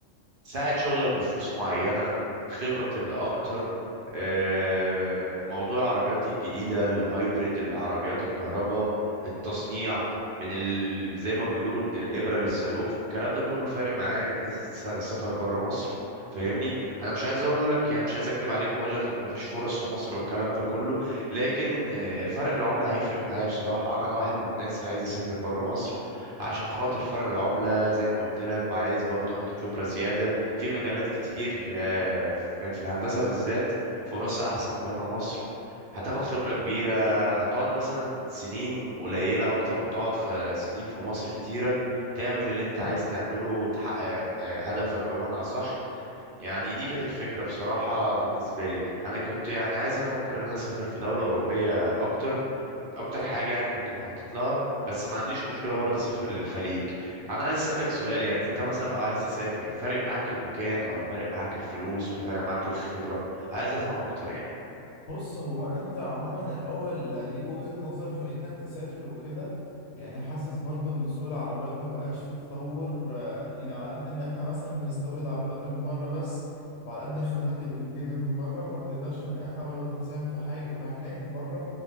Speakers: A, on the right; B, on the left.
A: ساعة شغلك بفلوس معينة خبرة بتبقى أكتر آه، موضوع العربيات الجديدة الهايبريد العربيات الكهرباء التصنيع من ال... زي ما بيقولوا من الإبرة للصاروخ الكلام ده كله فارق معايا من حيث الس- السفر بره مصر فاهمني انا مش عايز اقول لك يعني مش عايز اكتب عليك واقول لك ان مفيش فرص في مصر والكلام ده كله لكن آه، فرق العمله هيفرق معايا بصراحه انا واحد من الناس عايز اسافر بره مصر عشان خاطر فرق العملة زي ما قلت لك وعايز برضه اخد خبرة زيادة في مجالات كتير آه، في في الهندسة بالذات فرصها أحسن بره مصر هتاخد خبرة كبيرة هتقعد مثلا سنين قليلة أكتر ما تقعد في سنين في مصر كتيرة تعمل اللي أنت عايز تعمله وتحقق آه، هدفك بمعنى صح يعني دي كانت الفكرة بصراحة بالنسبة لي أنا كنت يعني عايز أفكر إن أنا أسافر في دولة أوروبية أكتر اكتر حاجه يعني كنت مخطط لها بس ما عنديش مشكله برضه اسافر للخليج انا عايز اسالك سؤال يعني انت مثلا لو عايز تسافر فارق معاك المكان ولا فارق معاك الفلوس ولا فارق معاك الخبره عايز افهم اكتر يعني
B: بص هو انت عموما الاول ليك وجهة نظر في انك تسافر وكده يعني حاسس برضو ان سوق العربيات ما بقاش فيه تطور آه، يعني على قد ان احنا مثلا بنستورد عربيات من بره بس وعلى قد الخدمات اللي بتجيلنا من بره ما بنقدرش ان احنا برضو نساهم في حاجة فهناك بره